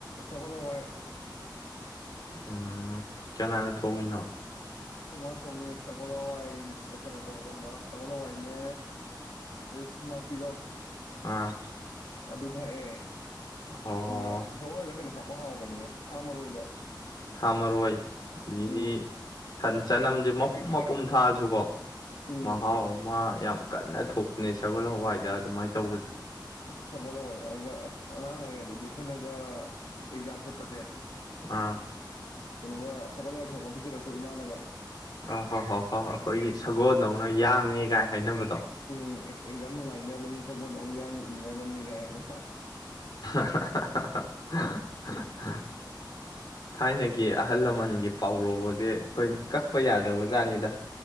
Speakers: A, on the left (about 80°); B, on the left (about 60°).
A: ꯁꯒꯣꯜ ꯍꯋꯥꯏ
B: ꯎꯝ ꯀꯅꯥꯅ ꯊꯣꯡꯉꯤꯅꯣ
A: ꯈꯣꯃꯥꯅ ꯊꯣꯡꯉꯦ ꯁꯒꯣꯜ ꯍꯋꯥꯏ ꯀꯩꯅꯣ ꯇꯧꯕꯗꯣ ꯈꯡꯕꯔꯥ ꯁꯒꯣꯜ ꯍꯋꯥꯏꯅꯦ ꯑꯗꯩ ꯊꯨꯝꯌꯥꯛꯄꯤꯗꯣ
B: ꯑꯥ
A: ꯑꯗꯨ ꯊꯥꯛꯑꯦ
B: ꯑꯣ
A: ꯑꯗꯨꯒ ꯁꯒꯣꯜ ꯍꯋꯥꯏꯗ ꯀꯩꯅꯣ ꯍꯥꯞꯄ ꯍꯥꯎꯕꯅꯦ ꯁꯥꯥ ꯃꯔꯣꯏꯗꯣ
B: ꯁꯥꯃꯔꯣꯏ ꯑꯗꯒꯤ
A: ꯎꯝ
B: ꯆꯅꯝꯁꯦ ꯄꯨꯝ ꯃꯄꯨꯝ ꯊꯥꯑꯁꯨꯀꯣ
A: ꯎꯝ
B: ꯃꯍꯥꯎꯑꯃ ꯌꯥꯝ ꯀꯟꯅ ꯊꯣꯛꯄꯅꯦ ꯁꯒꯣꯜ ꯍꯋꯥꯏꯗ ꯑꯗꯨꯃꯥꯏꯅ ꯇꯧꯕꯁꯦ
A: ꯏꯁ ꯁꯒꯣꯜ ꯍꯋꯥꯏ ꯍꯥꯏꯔꯒ ꯑꯁ ꯑꯉꯥꯡ ꯑꯣꯏꯔꯤꯉꯩ ꯗꯗꯤ <unintelligible> ꯑꯦꯛꯖꯥꯝ ꯆꯠꯄꯁꯦ
B: ꯑꯥ
A: ꯀꯩꯅꯣꯒ ꯁꯒꯣꯜꯋꯥꯏ ꯊꯣꯡꯉ ꯄꯤꯖꯔꯛꯇꯔꯣ ꯏꯃꯥꯅꯒ
B: ꯑꯥ ꯍꯣ ꯍꯣ ꯍ ꯍꯣ ꯑꯩꯈꯣꯏꯒꯤ ꯁꯒꯣꯜꯗꯧꯅ ꯌꯥꯡꯉꯦ ꯀꯥꯏ ꯍꯥꯏꯅꯕꯗꯣ
A: ꯎꯝ ꯑꯦꯁ ꯑꯦꯛꯖꯥꯝ ꯅꯨꯡꯉꯥꯏꯅꯕꯅꯤ ꯁꯒꯣꯜꯗꯧꯅ ꯌꯥꯡꯅ ꯏꯅꯕ ꯅꯤꯍꯥꯏꯅꯥ
B: <unintelligible> <unintelligible> ꯊꯥꯏꯅꯒꯤ ꯑꯍꯜ ꯂꯃꯟꯒꯤ ꯄꯥꯎꯔꯣꯁꯦ ꯑꯩꯈꯣꯏ ꯀꯛꯄ ꯌꯥꯗꯕ ꯖꯥꯠꯅꯤꯗ